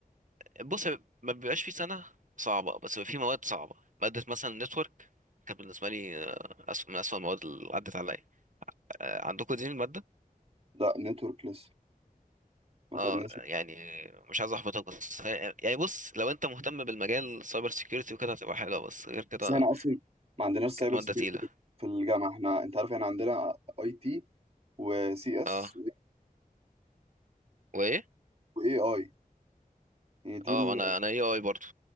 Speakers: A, on the right; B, on the right.
A: بص ما بيبقاش في سنة صعبة بس بيبقى في مواد صعبة مادة مثلا نتورك كانت بالنسبة لي آه، أسوأ من أسوأ المواد اللي عدت عليا آه، عندكم دي المادة؟
B: لا نتورك لسه ما
A: اه
B: خدناش
A: يعني مش عايز احبطك بس هي- يعني بص لو انت مهتم بالمجال سايبر سيكيورتي وكده هتبقى حلوه بس غير كده
B: بس هنا اصلا ما عندناش سايبر
A: كانت ماده
B: سكيورتي
A: تقيله
B: في الجامعة احنا انت عارف احنا عندنا اي تي وسي اس
A: اه وايه
B: واي اي يعني دي
A: اه
B: ال...
A: انا انا اي اي برضه